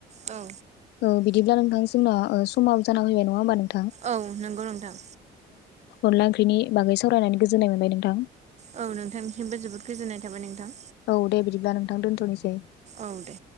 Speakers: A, on the right; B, on the left.
A: औ
B: औ बिदिब्ला नोंथां जोंना समाव जाना फैबाय नङा होमबा नों
A: औ नंगौ नोंथां
B: अनला ओंख्रिनि बागै सावरायनानै गोजोननाय मोनबाय नोंथां
A: औ नोंथांनिसिमबो जोबोद गोजोननाय थाबाय नोंथां
B: औ दे बिदिब्ला नोंथां दोनथ'नोसै
A: औ दे